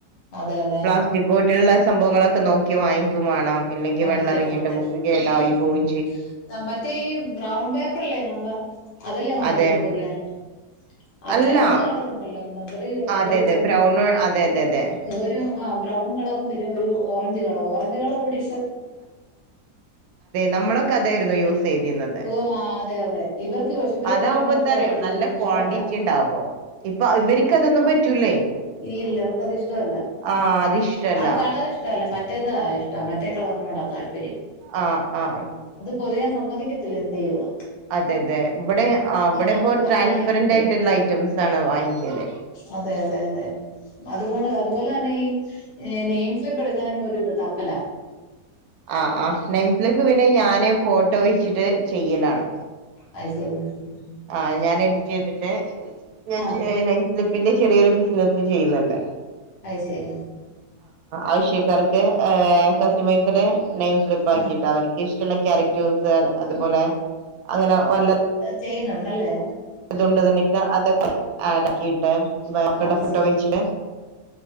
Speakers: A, on the left; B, on the right.
A: അതെ അതെ
B: പ്ലാസ്റ്റിക്
A: ആഹ്
B: കോട്ടുള്ള സംഭവങ്ങളൊക്കെ നോക്കി വാങ്ങിക്കും വേണം ഇല്ലെങ്കിൽ
A: വാങ്ങിക്കണം
B: വെള്ളം ഇറങ്ങിട്ട്
A: അതെ
B: ബുക്ക് കേടായി
A: ഉം
B: പോയി
A: മറ്റേ ഈ ബ്രൗൺ പേപ്പറല്ലേ നമ്മള് അതല്ലേ വാങ്ങിക്കുന്നത്
B: അതെ
A: പുതിയാനായിട്ട് അത്
B: അല്ല
A: രണ്ട് കളർ ഉണ്ടല്ലോ
B: അതെ
A: ഒ
B: അതെ ബ്രൗൺ അതെ അതെ അതെ
A: ഒരു ആഹ ബ്രൗൺ കളറും വരും ഒരു ഓറഞ്ച് കളർ ഓറഞ്ച് കളർ ഇവി.
B: നമ്മളൊക്കെ അതായിരുന്നു യൂസ് ചെയതിന്നത്
A: ഓ ആ അതെ അതെ ഇവർക്ക് പക്ഷെ ഇവര്
B: അതാവുമ്പോ
A: പറയുന്നത് അത്
B: എന്താറിയോ
A: കൊള്ളത്തില്ലെന്ന്
B: നല്ല
A: അത്
B: ക്വാണ്ടിറ്റി
A: ഇഷ്ടമല്ല
B: ഉണ്ടാകും ഇപ്പൊ ഇവർക്ക് അതൊന്നും പറ്റൂല
A: ഇല്ലല്ല അവർക്കത് ഇഷ്ടമല്ല
B: ആഹ് അതിഷ്ടല്ല
A: ആ കളർ ഇഷ്ടമല്ല മറ്റേതാ ഇഷ്ട മറ്റ കളറിനോടാ താല്പര്യം
B: ആഹ ആഹ
A: പൊതിയാൻ സമ്മതിക്കത്തില്ല എന്ത് ചെയ്യുവാ
B: അതെ അതെ ഇവിടെ ആ ഇവിടെ
A: നമുക്ക്
B: ഇപ്പോ
A: വലുതായതുകൊണ്ടേ
B: ട്രാൻസ്പെറന്റ് ആയിട്ടുള്ള ഐറ്റംസ് ആണ് വാങ്ങിക്കലേ
A: അതെ അതെ അതെ അത്പോ അതുപോലെ തന്നെ ഈ നെയിം ഫ്ലിപ്പ് എടുക്കാനും ഒരുത് തപ്പല
B: ആ് ആ നൈമ് സ്ലിപ്പ് പിന്നെ ഞാന ഫോട്ടോ വെച്ചിട്ട് ചെയ്യലാണ്
A: അ <unintelligible> ശരി <inaudible>
B: ആ ഞാൻ എഡിറ്റ്‌ ചെയ്‌തിട്ട് <unintelligible>
A: ആഹ്
B: ന്റെ ചെറിയൊരു ബിസിനസ്സ് ചെയ്യുന്നുണ്ട്.
A: അ <unintelligible> ശരി <inaudible>
B: ആവശ്യകാർക്ക് ആ കസ്റ്റമേഴ്‌സിന് നെയിം സ്ലിപ്പാക്കിട്ടോ.
A: ആഹ്
B: അവർക്ക് ഇഷ്ട <unintelligible> ക്യാരറ്റൂഫ് അ അതുപോലെ അങ്ങനെ വല്ല <inaudible>
A: <unintelligible> യ്യുന്നുണ്ടല്ലേ?
B: <unintelligible> തൊക്കെ ആടക്കിയീട്ട്. <unintelligible>
A: അത് ശരി